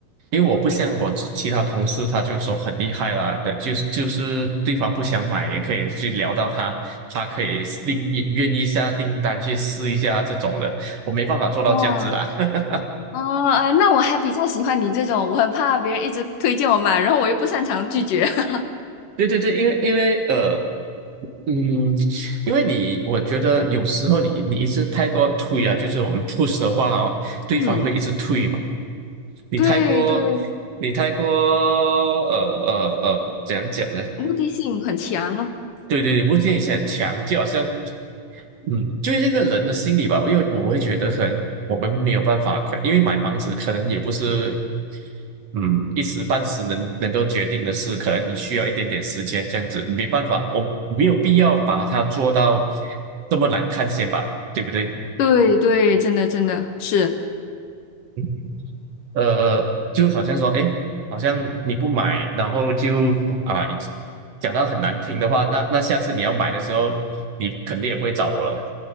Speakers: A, on the right; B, on the left.
A: 因为我不像我其其他同事，他就说很厉害啦，那就是就是对方不想买也可以去聊到他，他可以另也愿意下订单去试一下这种的，我没办法做到这样子啦。
B: 哇，
A: <laughs>
B: 哦，啊那我还比较喜欢你这种，我很怕别人一直推荐我买，然后我又不擅长拒绝。<laughs>
A: 对对对，因为因为呃。嗯，因为你，我觉得有时候你你一直太过推啊，就是我们 push 的话哦，对方会一直推嘛。
B: 嗯，
A: 你太过，
B: 对对，
A: 你太过，呃呃呃，怎样讲呢？
B: 目的性很强哦。
A: 对对对，不建议很强，就好像，嗯，就是这个人的心理吧。因为我会觉得，可能我们没有办法，因为买房子可能也不是，嗯，一时半时能能够决定的事，可能你需要一点点时间，这样子没办法，我没有必要把它做到这么难看先吧，对不对？
B: 对对，真的真的是，
A: 嗯呃，呃就好像说，哎，好像你不买，然后就啊，讲到很难听的话，那那下次你要买的时候，你肯定也不会找我了。